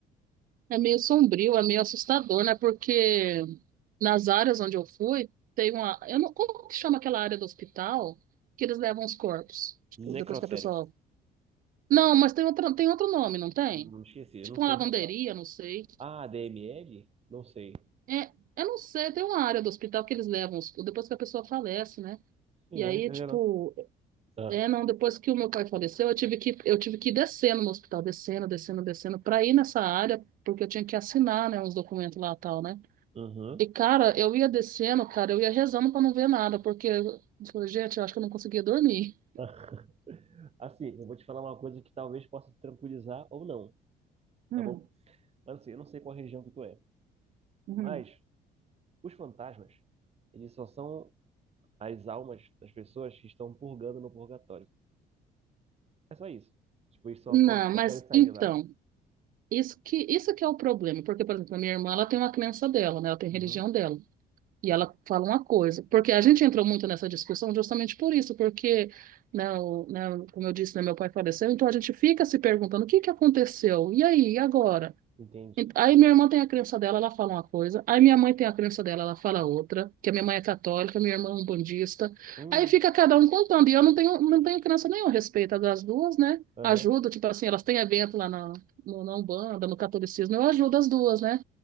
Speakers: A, on the right; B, on the right.
A: É meio sombrio, é meio assustador, né? Porque nas áreas onde eu fui, tem uma... Eu não, como que chama aquela área do hospital que eles levam os corpos? Tipo,
B: Necrotério.
A: depois que a pessoa Não, mas tem outro, tem outro nome, não tem?
B: Hum, esqueci, eu
A: Tipo
B: não
A: uma
B: sei
A: lavanderia,
B: se eu falo.
A: não sei.
B: Ah, DML? Não sei.
A: É, eu não sei, tem uma área do hospital que eles levam os- depois que a pessoa falece, né?
B: Sim,
A: E aí,
B: é geral.
A: tipo,
B: Ah,
A: é, não, depois que o meu pai faleceu, eu tive que, eu tive que ir descendo no hospital, descendo, descendo, descendo, pra ir nessa área, porque eu tinha que assinar, né, uns documentos lá e tal, né?
B: uhum.
A: E, cara, eu ia descendo, cara, eu ia rezando pra não ver nada, porque, eu falei, gente, eu acho que eu não conseguia dormir.
B: <laughs> Assim, eu vou te falar uma coisa que talvez possa te tranquilizar ou não,
A: Hum,
B: tá bom? Mas assim, eu não sei qual região que tu é,
A: uhum.
B: mas os fantasmas, eles só são as almas das pessoas que estão purgando no purgatório. É só isso. Tipo, eles só,
A: Não,
B: são, só
A: mas
B: querem sair
A: então.
B: de lá.
A: Isso que, isso que é o problema, porque, por exemplo, a minha irmã, ela tem uma crença dela, né? Ela tem
B: Uhum,
A: a religião dela. E ela fala uma coisa, porque a gente entrou muito nessa discussão justamente por isso, porque, né, o- né, como eu disse, né, meu pai faleceu, então a gente fica se perguntando o que que aconteceu? E aí, e agora?
B: entendi.
A: Ent- Aí minha irmã tem a crença dela, ela fala uma coisa. Aí minha mãe tem a crença dela, ela fala outra. Que a minha mãe é católica, minha irmã é umbandista.
B: Hum,
A: Aí fica cada um contando. E eu não tenho, não tenho crença nenhuma a respeito das duas, né?
B: aham,
A: Ajudo, tipo assim, elas têm evento lá na, no, na Umbanda, no catolicismo. Eu ajudo as duas, né?